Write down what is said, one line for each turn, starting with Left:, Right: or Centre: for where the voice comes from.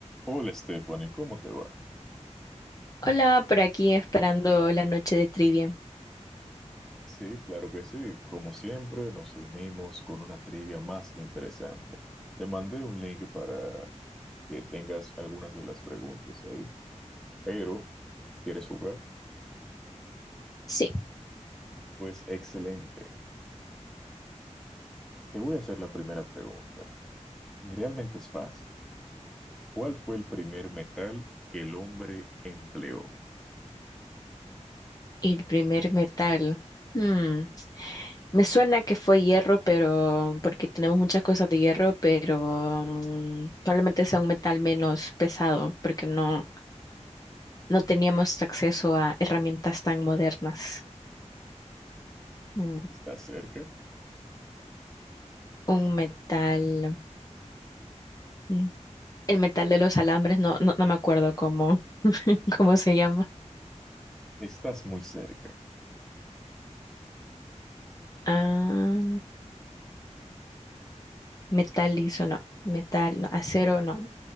Centre: Hola Stephanie, ¿cómo te va?
Left: Hola, por aquí esperando la noche de trivia.
Centre: Sí, claro que sí. Como siempre, nos reunimos con una trivia más que interesante. Te mandé un link para que tengas algunas de las preguntas ahí, pero ¿quieres jugar?
Left: Sí,
Centre: Pues excelente. Te voy a hacer la primera pregunta, y realmente es fácil. ¿Cuál fue el primer metal que el hombre empleó?
Left: el primer metal. Hmm, Me suena que fue hierro, pero porque tenemos muchas cosas de hierro, pero mm, probablemente sea un metal menos pesado, porque no, no teníamos acceso a herramientas tan modernas. Mm,
Centre: ¿Estás cerca?
Left: Un metal. mm, El metal de los alambres, no, no, no me acuerdo cómo, <laughs> cómo se llama.
Centre: Estás muy cerca.
Left: Ah. metal liso, no, metal, no, acero, no,